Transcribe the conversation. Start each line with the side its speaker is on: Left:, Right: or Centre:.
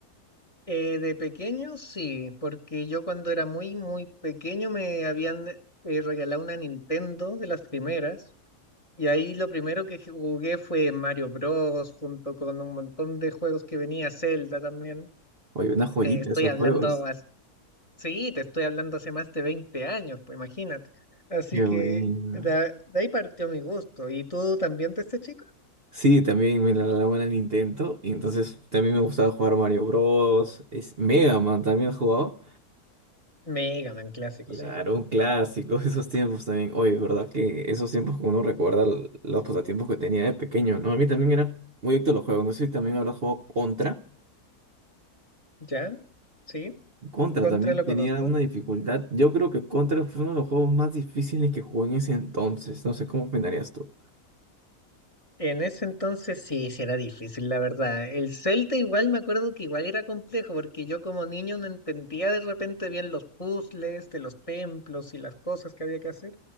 Left: Eh, de pequeño sí, porque yo cuando era muy, muy pequeño me habían eh, regalado una Nintendo de las primeras y ahí lo primero que jugué fue Mario Bros. junto con un montón de juegos que venía Zelda también.
Right: Oye, una joyita
Left: Te estoy
Right: esos
Left: hablando,
Right: juegos.
Left: as- sí, te estoy hablando hace más de 20 años, pues imagínate. Así
Right: Qué
Left: que
Right: bueno.
Left: de, de ahí partió mi gusto. ¿Y tú también de este chico?
Right: Sí, también me la daba una Nintendo y entonces también me gustaba jugar Mario Bros. Es Mega Man, también he jugado.
Left: Mega Man clásico,
Right: Claro,
Left: sí.
Right: un clásico, <laughs> esos tiempos también. Oye, verdad que esos tiempos que uno recuerda l- los pasatiempos que tenía de pequeño, ¿no? A mí también era muy adicto a los juegos. No sé si también habrás jugado Contra.
Left: ¿Ya? Sí,
Right: Contra
Left: contra
Right: también
Left: lo
Right: tenía
Left: conozco.
Right: una dificultad. Yo creo que Contra fue uno de los juegos más difíciles que jugué en ese entonces. No sé cómo opinarías tú.
Left: En ese entonces sí, sí era difícil, la verdad. El Zelda igual me acuerdo que igual era complejo, porque yo como niño no entendía de repente bien los puzzles de los templos y las cosas que había que hacer,